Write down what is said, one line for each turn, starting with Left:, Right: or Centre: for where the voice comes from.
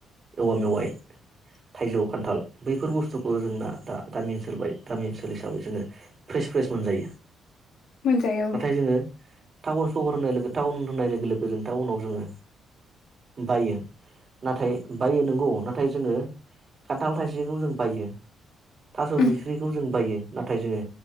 Right: औवा मेवाइ
Left: <inaudible>
Right: थाइजौ खान्थाल बैफोर बुस्थुखौ जोंना दा गामि ओनसोल बाय गामि ओनसोल हिसाबै जोङो फ्रेस फ्रेस मोनजायो।
Left: मोनजायो औ।
Right: नाथाय जोङो टाउन सहर होननाय लोगो टाउन होननाय लोगो-लोगो जों टाउनाव जोङो बायो नाथाय बायो नंगौ ना नाथाय जोङो खान्थाल थाइसेखौ जों बायो थास'
Left: उम
Right: बिथख्रिखौ जों बायो नाथाय जोङो